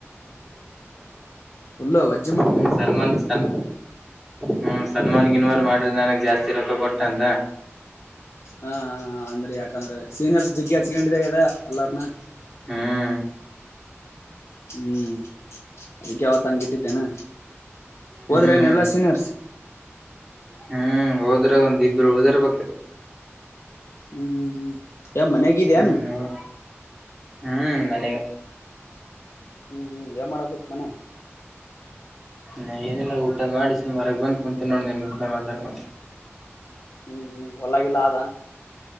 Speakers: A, on the left (about 60°); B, in the centre.
A: ಉಲ್ಲಜ್
B: ಹ್ಮ ಸನ್ಮನ್ ಸನ್ ಹ್ಮ ಸನ್ಮನ್ ನನ್ಗವಾರ ಮಾಡ್ರ ನನಗ್ ಜಾಸ್ತಿ ರೊಕ್ಕ ಕೊಟ್ಟ ಅಂತ
A: ಹಾ ಹಾ ಅಂದ್ರಿ ಯಾಕಂದ್ರೆ ಸೀನಿಯರ್ಸ್ ಜಿಗ್ಗಿ ಹಚ್ಕೊಂಡಿದ ಅದ ಎಲ್ಲಾರ್ನ
B: ಹ್ಮ್
A: ಹ್ಮ್ ಅದಕ್ಕೆ ಯಾವತ್ ಹಂಗಿಟ್ಟಿದ್ದೇನಾ ಹೋದ್ರೆ
B: ಹ್ಮ್
A: ಏನ್ ಎಲ್ಲಾ ಸೀನಿಯರ್ಸ್
B: ಹ್ಮ್ ಹೋದ್ರ ಒಂದ ಇಬ್ರು ಉಳದರ್ ಬ
A: ಹ್ಮ್ ಹ್ಮ್ ಹ್ಮ್ ಯ ಮನೆಗಿದನು
B: ಹ್ಮ್ ಹ್ಮ್ ಮನೆ
A: ಹ್ಮ್ ಹ್ಮ್ ಏನ್ ಮಾಡಕೂತಿ ಮನ್ಯಾಗ
B: ನ ಏನಿಲ್ಲ ಊಟ ಮಾಡಿ ಸುರಗೆ ಬಂದ್ ಕುಂತೀನಿ ನೋಡಿ ನನ್ ಕೂಡ ಮಾತಾಡ್ಕೊಂಡ
A: ಹ್ಮ್ ಹ್ಮ್ ಹೊಲಾಗಿಲ್ಲ ಆದ